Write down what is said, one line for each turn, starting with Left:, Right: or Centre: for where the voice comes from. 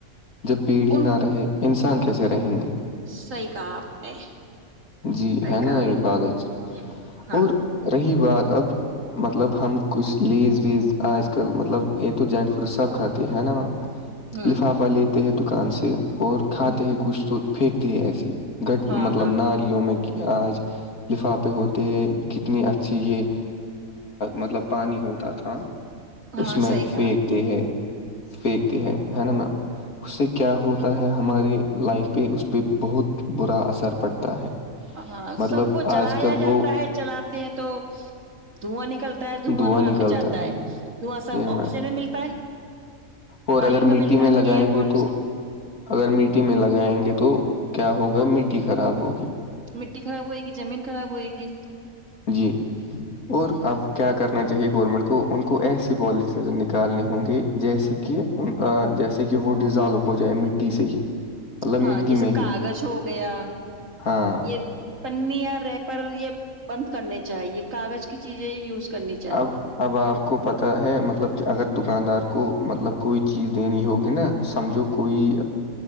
Left: جب بھیڑ ہی
Right: ان
Left: نہ رہے انسان کیسے رہیں گی
Right: صحیح کہا آپ نے
Left: جی
Right: صحیح
Left: ہے
Right: کہا
Left: نا یہ
Right: بالکل
Left: بات اچھی
Right: ہاں
Left: اور رہی بات اب مطلب ہم کچھ لیز ویز آج کل مطلب یہ تو جنک فروڈ سب کھاتے ہیں نا میم
Right: ہوں
Left: لفافہ لیتے ہیں دکان سے اور کھاتے
Right: ہوں
Left: ہیں کچھ تو پھینکتے ہیں ایسے ہی گٹ
Right: ہاں
Left: مطلب
Right: ہاں
Left: نا <unintelligible> لوں میں آج لفافے ہوتے ہیں کتنی اچھی یہ مطلب پانی ہوتا تھا
Right: ہاں
Left: اس میں
Right: صحیح کہا
Left: پھینکتے
Right: آپ نے
Left: ہیں پھینکتے ہے ہے نا میم اس سے کیا ہوتا ہے ہماری لائف پہ اس پہ بہت برا اثر پڑتا ہے
Right: ہاں
Left: مطلب
Right: سب وہ
Left: آج
Right: چلایا
Left: کل
Right: جاتا
Left: وہ
Right: ہے چلاتے ہیں تو دھواں نکل دھواں
Left: دعا
Right: کہاں
Left: نکلتا
Right: پہ جاتا ہے دھواں سب
Left: جی میم
Right: آکسیجن میں ملتا ہے
Left: اور
Right: وایو
Left: اگر مٹی
Right: ملتا
Left: میں
Right: ہے
Left: لگائیں
Right: ایئر پالوشن
Left: گے تو اگر مٹی میں لگائیں گے تو کیا ہوگا
Right: وہ
Left: مٹی خراب ہوگی
Right: مٹی خراب ہوئے گی زمین خراب ہوئے گی
Left: جی اور
Right: ہ
Left: اب کیا کرنا چاہیے گورنمنٹ کو ان کو ایسی پالیتینز نکالنے ہوں گی جیسے کہ ان جیسے کہ وہ ڈیزالو ہو جائے مٹی سے ہی مطلب مٹی
Right: ہاں جیسے
Left: میں ہی
Right: کاغذ ہو گیا
Left: ہاں
Right: یہ پنی یا ریپر یہ بند کرنے چاہیے کاغذ کی چیزیں یوز کرنی چاہیے
Left: اب اب آپ کو پتا ہے مطلب کہ اگر دکاندار کو مطلب کوئی چیز دینی ہوگی نا سمجھو کوئی